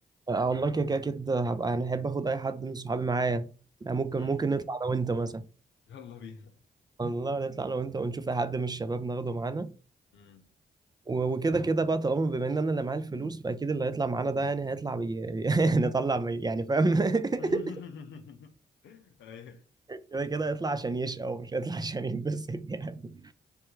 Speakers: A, on the right (about 20°); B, on the left (about 75°).
A: اه والله كده كده اكيد هبقى يعني احب اخد اي حد من صحابي معايا يعني ممكن
B: مم.
A: ممكن نطلع انا وانت مثلا
B: يلا بينا
A: والله نطلع انا وانت ونشوف اي حد من الشباب ناخده معانا
B: مم.
A: و- وكده كده بقى طالما بما ان انا اللي معايا الفلوس فاكيد اللي هيطلع معانا ده يعني هيطلع بي... <laughs> نطلع بي... يعني فاهم
B: <laughs>
A: <laughs>
B: أيوة
A: كده كده هيطلع عشان يشقى ومش هيطلع عشان ينبسط يعني